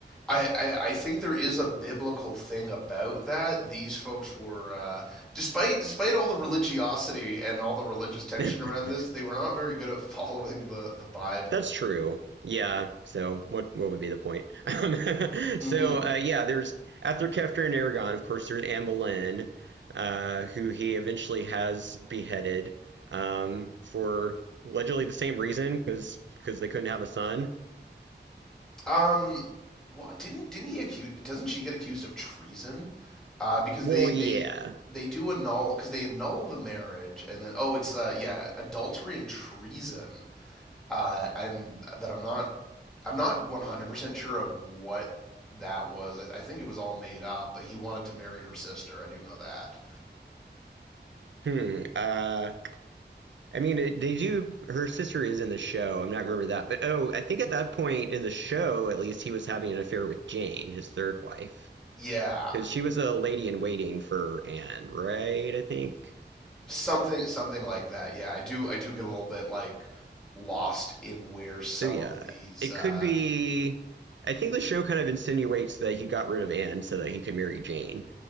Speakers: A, in the centre; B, on the right.
A: I, I, I think there is a biblical thing about that. These folks were, uh, despite despite all the religiosity and all the religious tension
B: <laughs>
A: around this, they were not very good at <laughs> following the the Bible.
B: That's true. Yeah. So what what would be the point? <laughs>
A: hmm
B: so uh, yeah, there's after Kefter and Aragon, of course, there's Anne Boleyn, uh, who he eventually has beheaded um, for allegedly the same reason because because they couldn't have a son.
A: Um, well, didn't didn't he accuse? Doesn't she get accused of treason? Uh, because
B: Well,
A: they they
B: yeah.
A: they do annul because they annul the marriage and then oh it's uh yeah adultery and treason. Uh, and that I'm not I'm not 100% sure of what that was. I, I think it was all made up, but he wanted to marry her sister. I do know that.
B: Hmm. Uh, I mean, they do. Her sister is in the show. I'm not remember that, but oh, I think at that point in the show, at least, he was having an affair with Jane, his third wife,
A: Yeah,
B: because she was a lady in waiting for Anne, right? I think.
A: something something like that. Yeah, I do I do get a little bit like lost in where some
B: So yeah,
A: of these.
B: it
A: Uh,
B: could be. I think the show kind of insinuates that he got rid of Anne so that he could marry Jane,